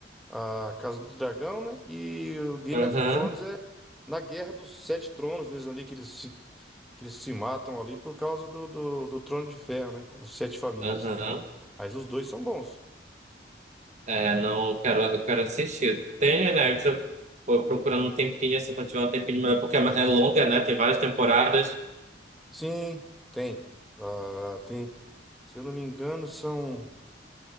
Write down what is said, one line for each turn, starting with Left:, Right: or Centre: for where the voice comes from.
Centre: a Casa do Dragão, né? E o Game
Right: Aham,
Centre: of Thrones é na Guerra dos Sete Tronos mesmo ali, que eles se, que eles se matam ali por causa do, do, do Trono de Ferro, né? Os Sete Famílias.
Right: aham.
Centre: Mas os dois são bons.
Right: É, não, eu quero, eu quero assistir. Tem, né? Eu tô tô procurando um tempinho, se eu não tiver um tempinho melhor, porque é é longa, né? Tem várias temporadas
Centre: Sim, tem. Ah, tem. Se eu não me engano, são,